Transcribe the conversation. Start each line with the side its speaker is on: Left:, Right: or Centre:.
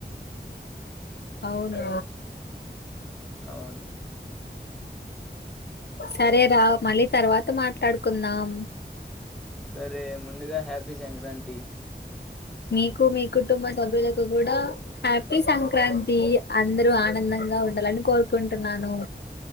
Left: అవును
Centre: అవును
Left: సరేరా మళ్ళీ తర్వాత మాట్లాడుకుందాం
Centre: సరే ముందుగా హ్యాపీ సంక్రాంతి
Left: మీకు మీ కుటుంబ సభ్యులకు కూడా హ్యాపీ సంక్రాంతి అందరూ ఆనందంగా ఉండాలని కోరుకుంటున్నాను